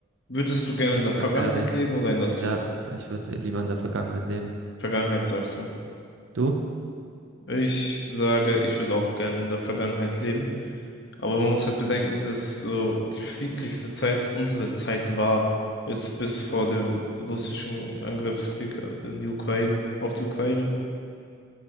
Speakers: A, on the left; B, on the right.
A: Würdest du gerne in der Vergangenheit
B: sag ehrlich.
A: leben oder in der Zukunft?
B: Ja, ich würde lieber in der Vergangenheit leben.
A: Vergangenheit sagst du.
B: Du?
A: Ich sage, ich würde auch gern in der Vergangenheit leben. Aber man muss halt bedenken, dass so die friedlichste Zeit unsere Zeit war, jetzt bis vor dem russischen Angriffskrieg äh, in die Ukraine, auf die Ukraine.